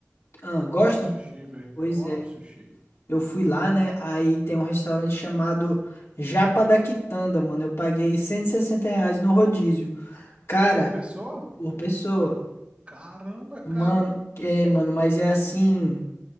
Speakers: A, on the left; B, on the right.
A: Ah,
B: eu
A: gosta?
B: amo sushi, velho.
A: Pois
B: Eu amo
A: é.
B: sushi.
A: Eu fui lá, né? Aí tem um restaurante chamado Japa da Quitanda, mano. Eu paguei 160 reais no rodízio. Cara,
B: Por pessoa?
A: por pessoa.
B: Caramba, é
A: Mano,
B: caro, hein?
A: é, mano, mas é assim.